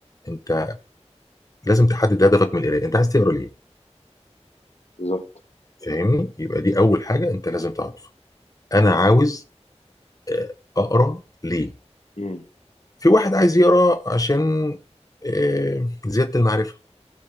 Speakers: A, on the left; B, on the left.
A: انت لازم تحدد هدفك من القرايه انت عايز تقرا ليه
B: بالظبط
A: فاهمني يبقى دي اول حاجه انت لازم تعرفها انا
B: مم.
A: عاوز آه، اقرا ليه
B: مم.
A: في واحد عايز يقرا عشان آه، زياده المعرفه